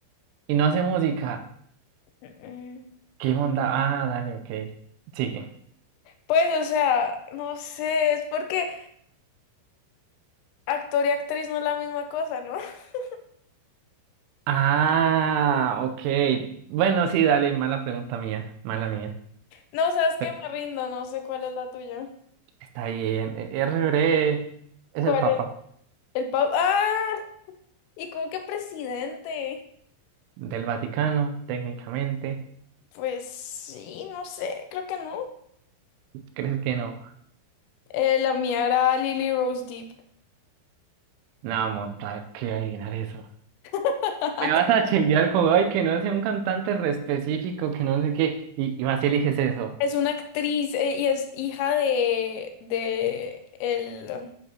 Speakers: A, on the right; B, on the left.
A: y no hace música.
B: Mm.
A: ¿Qué onda? Ah, dale, ok. Sigue.
B: Pues, o sea, no sé, es porque actor y actriz no es la misma cosa, ¿no? <laughs>
A: Ah, ok. Bueno, sí, dale, mala pregunta mía, mala mía.
B: No, sabes
A: Pero
B: que me rindo, no sé cuál es la tuya.
A: está bien. e- R. Bre es
B: ¿Cuál
A: el Papa
B: es? El Pau. ¡Ah! ¿Y cómo que presidente?
A: del Vaticano, técnicamente.
B: Pues sí, no sé, creo que no.
A: ¿Crees que no?
B: Eh, la mía era Lily Rose Deep.
A: No, monta, que adivinar eso.
B: <laughs>
A: Me vas a chimbiar como, ay, que no sea un cantante re específico, que no sé qué, y, y vas y eliges eso.
B: Es una actriz eh, y es hija de, de el,